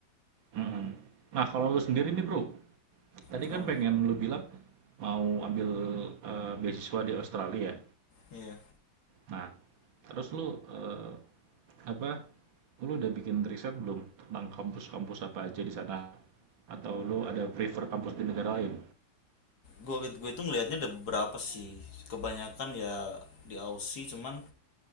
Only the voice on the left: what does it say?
Kenapa?
Iya.
gua gue itu ngelihatnya ada beberapa sih. Kebanyakan ya di Aussie, cuman